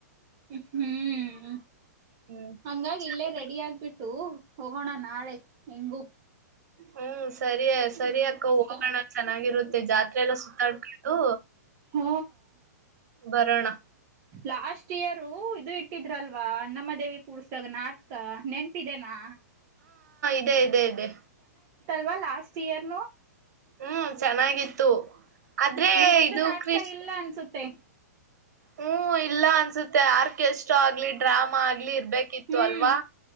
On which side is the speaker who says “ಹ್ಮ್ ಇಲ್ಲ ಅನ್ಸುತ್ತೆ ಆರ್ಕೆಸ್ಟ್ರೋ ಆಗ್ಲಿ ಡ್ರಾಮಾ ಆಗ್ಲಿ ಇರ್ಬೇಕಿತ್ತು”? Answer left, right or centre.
Right